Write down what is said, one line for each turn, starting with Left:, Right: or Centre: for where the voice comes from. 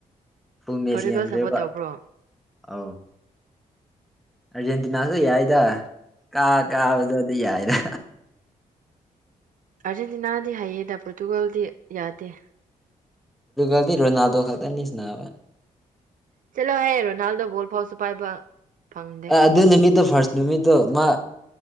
Centre: ꯐꯨ ꯃꯦꯁ
Right: ꯄꯣꯔꯇꯨꯒꯜ
Centre: ꯌꯦꯡꯗ꯭ꯔꯦꯕ
Right: ꯁꯞꯄꯣꯔꯠ ꯇꯧꯕ꯭ꯔꯣ
Centre: ꯑ ꯑꯥꯔꯖꯦꯟꯇꯤꯅꯥꯁꯨ ꯌꯥꯏꯗ ꯀꯥ ꯀꯥꯕꯗ ꯑꯗꯨ ꯌꯥꯏꯗ
Right: ꯑꯥꯔꯖꯦꯟꯇꯤꯅꯥꯗꯤ ꯍꯥꯏꯌꯦꯗ ꯄꯣꯔꯇꯨꯒꯥꯜꯗꯤ ꯌꯥꯗꯦ
Centre: ꯜꯗꯤ ꯔꯣꯅꯗꯣ ꯈꯔꯅꯤ ꯁꯅꯥꯕ
Right: ꯆꯂꯣ ꯍꯦ ꯔꯣꯅꯥꯜꯗꯣ ꯣ ꯐꯥꯎꯁꯨꯣ ꯄꯥꯏꯕ ꯐꯪꯗꯦ
Centre: ꯑ ꯑꯗꯨ ꯅꯨꯃꯤꯠꯇꯣ ꯐꯥꯔꯁ ꯅꯨꯃꯤꯠꯇꯣ ꯃꯥ